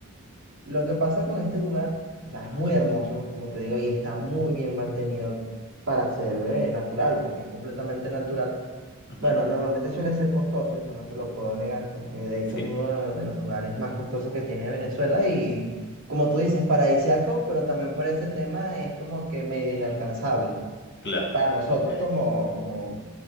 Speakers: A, on the right (about 65°); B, on the left (about 55°).
A: lo que pasa con este lugar, o sea, es
B: ajá,
A: muy hermoso, como te digo, y está muy bien mantenido para ser eh, natural, porque es completamente natural.
B: ujú,
A: Bueno, normalmente suele ser costoso, eso no te lo puedo negar, porque de hecho
B: sí,
A: es uno de los lugares más costosos que tiene Venezuela y, como tú dices, paradisiaco, pero también por ese tema es como que medio inalcanzable
B: claro,
A: para nosotros
B: ok,
A: como, como,